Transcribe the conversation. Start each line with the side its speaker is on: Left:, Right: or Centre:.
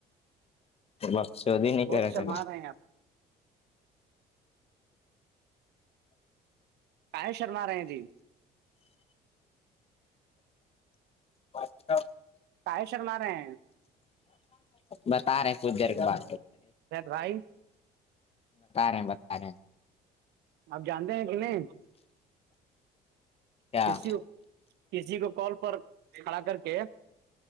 Left: بخود ہی نہیں
Right: بہت
Left: کر
Right: شرما رہے ہیں آپ کااہ شرما رہے تھے
Left: ب تو
Right: کااہ شرما رہے ہیں
Left: بتا رہے ہیں کچھ دیر کے بع
Right: بھائی
Left: رہے ہیں بتا رہے ہیں
Right: آپ جانتے ہیں کتنے
Left: کیا
Right: کسی کسی کو کال پر کھڑا کر کے